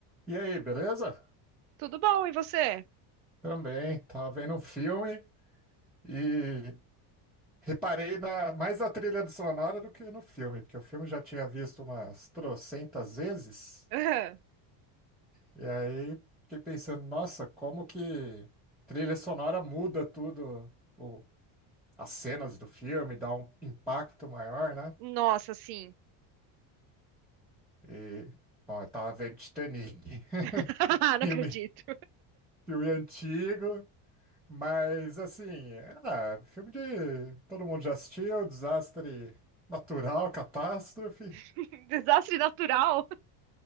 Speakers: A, in the centre; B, on the right.
A: E aí, beleza?
B: Tudo bom, e você? <laughs>
A: Também, tava vendo um filme e reparei na, mais na trilha do sonora do que no filme, porque o filme eu já tinha visto umas trocentas vezes,
B: Aham.
A: e aí fiquei pensando, nossa, como que trilha sonora muda tudo, o- as cenas do filme, dá um impacto maior, né?
B: Nossa, sim.
A: E, bom, eu tava vendo Titanic,
B: <laughs>
A: <laughs>
B: Não
A: filme,
B: acredito.
A: filme antigo, Mas assim, ah, filme de todo mundo já assistiu, desastre natural, catástrofe.
B: <laughs> Desastre natural?